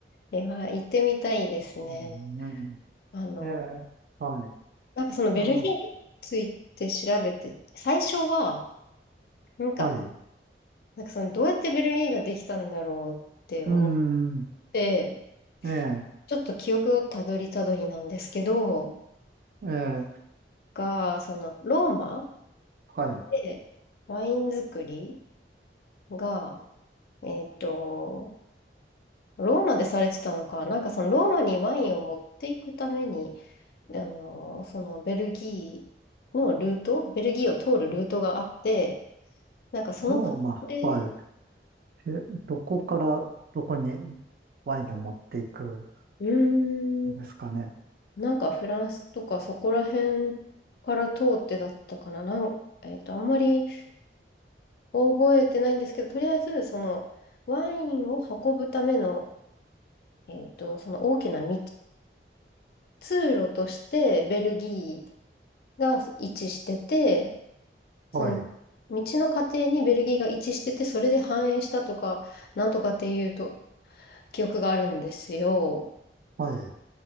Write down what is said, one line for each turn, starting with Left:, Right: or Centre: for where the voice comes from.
Left: で <laughs> は、行ってみたいですね。
Right: ん、ね
Left: あの、
Right: ええ、はい。
Left: なんかそのベルギーについて調べて、
Right: あの、
Left: 最初は、なんか、
Right: はい。
Left: なんかそのどうやってベルギーができたんだろうって思っ
Right: うん。
Left: て、
Right: ええ、
Left: ちょっと記憶をたどりたどりなんですけど、
Right: ええ、
Left: が、そのローマ
Right: はい。
Left: でワイン作りが、えっと、ローマでされてたのか、なんかそのローマにワインを持っていくために、あの、そのベルギーのルート、ベルギーを通るルートがあって、なんかその過程で、
Right: ローマ、はい。え、どこからどこにワインを持っていくん
Left: うーん、
Right: ですかね。
Left: なんかフランスとかそこら辺から通ってだったかな、なん、えっと、あんまり覚えてないんですけど、とりあえずそのワインを運ぶための、えっと、その大きな道、通路としてベルギーが位置してて、その道の過程にベルギーが位置してて、
Right: はい。
Left: それで繁栄したとか、なんとかっていうと記憶があるんですよ。
Right: はい。